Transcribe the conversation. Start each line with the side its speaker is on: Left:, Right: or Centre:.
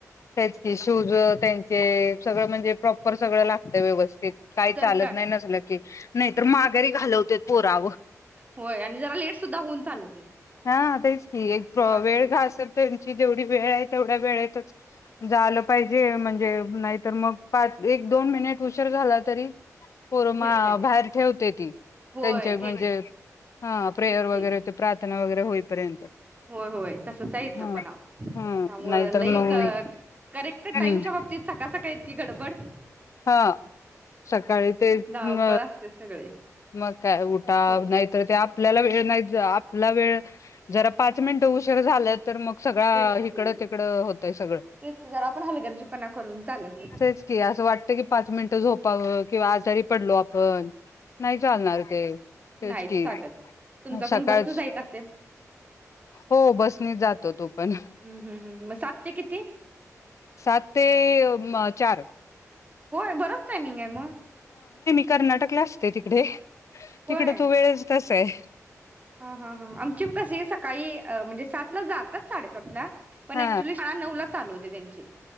Left: तेच की शूज त्यांचे सगळं म्हणजे प्रॉपर सगळ लागत व्यव स्थित, काही
Right: तर
Left: चालत
Right: काय
Left: नाही नसलं की नाहीतर मार घरी घालवतेत पोर आवं.
Right: होय आणि जरा लेट सुद्धा होऊन चालत नाही
Left: हा तेच की एक
Right: पाच
Left: वेळ
Right: मिनिट
Left: प्र घासल त्यांची जेवढी वेळ तेवढ्या वेळेतच जाल पाहिजे म्हणजे नाही तर मग पाच, एक, दोन मिनिट उशर झाला तरी पोर
Right: घेत
Left: म
Right: नाहीत
Left: बाहेर ठेवत्या ती
Right: होय
Left: त्यांच्या
Right: घेत
Left: म्हणजे ह प्रेयर
Right: तेच
Left: वगैरे
Right: की
Left: ते प्रा- होईपर्यंत
Right: होय होय तसंचय इथं
Left: हा
Right: पण आओ त्यामुळे
Left: ह नाहीतर
Right: लई
Left: मग
Right: क करेक्ट
Left: हम्
Right: टाइम च्या बाबतीत सकाळ-सकाळी इतकी गडबड <inaudible>
Left: हा सकाळी ते
Right: धावपळ
Left: म
Right: असते सगळी
Left: मग काय उठा
Right: हो
Left: नाहीतर ते आपल्याला वेळ नाहीच आपला वेळ जरा पाच मिनिटं उशीर झालं. तर मग सगळा
Right: तेच की
Left: हिकडं तिकडं होतय सगळं
Right: तेच की जरा पण हलगर्जीपणा करून चालत नाही
Left: तेच की असं वाट की पाच मिनटं झोपाव किंवा आजारी पडलो आपण नाही चालणार ते तेच
Right: नाहीच
Left: की
Right: चालत तुमचा
Left: सकाळच
Right: पण बसन जायत असेल
Left: हो बस नी जातो तो पण
Right: हम्म हम्म हम्म मग सात ते किती
Left: सात ते अ म चार
Right: होय बरच टाइमिंगे म
Left: कर्नाटक ला असते तिकडे
Right: होय
Left: तिकडे तू वेळेस असयं
Right: हा हा हा आमची बी कशी सकाळी अ म्हणजे सात ला जातात साडेसात ला पण
Left: हा
Right: ॲक्च्युली शाळा नवला चालू होते त्यांचे